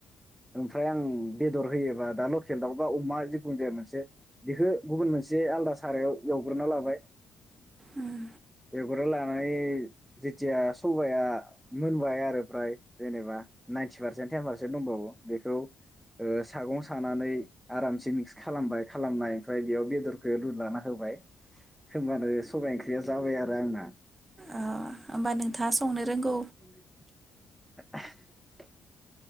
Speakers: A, in the centre; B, on the right.
A: ओमफ्राय आं बेदर होयोबा दा लकेल दाउ बा अमा जिखुनु जाया मोनसे बेखो गुबुन मोनसे आलादा सारायाव एवग्रोना लाबाय।
B: उम
A: एवगोर लानानै जेथिया सबाइया मो न होबाय आरो फ्राय जेनेबा नाइनटि पारसेन्ट टेन पारसेन्ट दंबावो बेखौ ओ सागं सानानै आरामसे मिक्स खालामबाय खालामनाय ओमफ्राय बेयाव बेदरखौ लुलाना होबाय होमबानो सबाइ ओंख्रिया जाबाय आरो आंना।
B: ओ होमबा नोंथाङा संनो रोंगौ।
A: <inaudible>